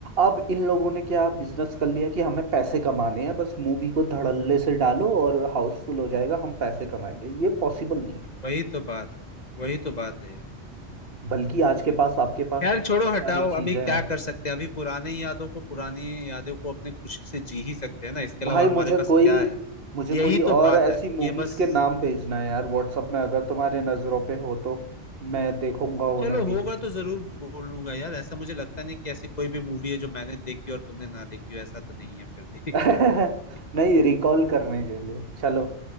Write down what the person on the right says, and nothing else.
अब इन लोगों ने क्या बिजनेस कर लिया कि हमें पैसे कमाने हैं बस मूवी को धड़ल्ले से डालो और हाउसफुल हो जाएगा हम पैसे कमाएंगे ये पॉसिबल नहीं है
बल्कि
आज
के
पास आपके पास
इतनी
सारे चीजें
हैं
भाई
मुझे
कोई
मुझे
कोई
और
ऐसी
मूवीज
के नाम भेजना है यार व्हाट्सअप में अगर तुम्हारे नजरों पे हो तो मैं देखूंगा
उन्हें भी
<laughs>
नहीं
रिकॉल करने के लिए चलो